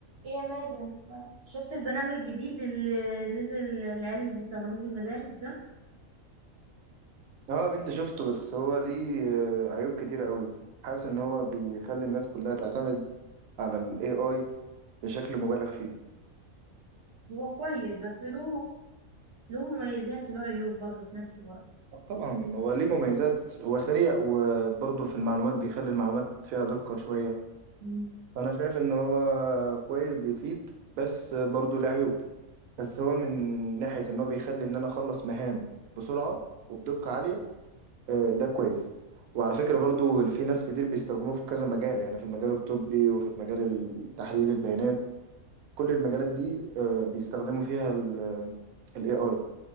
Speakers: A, on the right (about 55°); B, on the right (about 80°).
A: ايه يا مازن شفت البرنامج الجديد اللي نزل العيال بيستخدموه في المدارس ده
B: اه بنت شفته بس هو ليه آه، عيوب كتيرة قوي حاسس ان هو بيخلي الناس كلها تعتمد على ال AI بشكل مبالغ فيه
A: هو كويس بس له له مميزات وله عيوب برضه في نفس الوقت
B: طبعا هو ليه مميزات هو سريع وبرضه في المعلومات بيخلي المعلومات فيها دقة شوية
A: مم.
B: فانا شايف ان هو كويس بيفيد بس برضه ليه عيوب بس هو من ناحية ان هو بيخلي ان انا اخلص مهام بسرعة وبدقة عالية آه، ده كويس وعلى فكرة برضو إن في ناس كتير بيستخدموه في كذا مجال يعني في المجال الطبي وفي المجال التحليل البيانات كل المجالات دي آه، بيستخدموا فيها ال AI